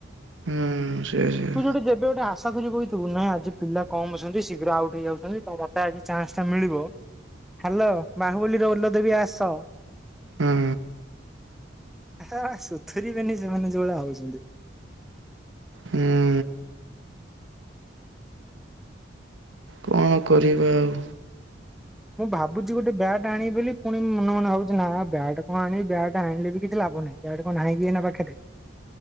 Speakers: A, on the right; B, in the centre.
A: ହୁଁ ସେୟା ସେୟା
B: ତୁ ଯୋଉଟେ ଯେବେ ଗୋଟେ ଆଶା ଧିରି ବଇଚୁ ତୁ ନାହିଁ ଆଜି ପିଲା କମ ଅଛନ୍ତି ଶୀଘ୍ର ଆଉଟ ହେଇ ଯାଉଛନ୍ତି ତ ମୋତେ ଆଜି ଚାନ୍ସ ଟା ମିଳିବ। ହ୍ୟାଲୋ ବାହୁବୁଲି ର ଓଲ ଦେବୀ ଆସ।
A: ହୁଁ।
B: ହେ ସୁଥୁରିବେନି ସେମାନେ ଯୋଉଳିଆ ହଉଛନ୍ତି।
A: ଉଁ। କଣ କରିବା ଆଉ?
B: ମୁଁ ଭାବୁଛି ଗୋଟେ ବ୍ୟାଟ୍ ଆଣିବି ବୋଲି ପୁଣି ମନେ ମନେ ଭାବୁଛି ନା ବ୍ୟାଟ୍ କଣ ଆଣି ବ୍ୟାଟ୍ ଆଣିଲେ ବି କିଛି ଲାଭ ନାହିଁ? ବ୍ୟାଟ୍ କଣ ନାହିଁ କି ଏଇନା ପାଖରେ?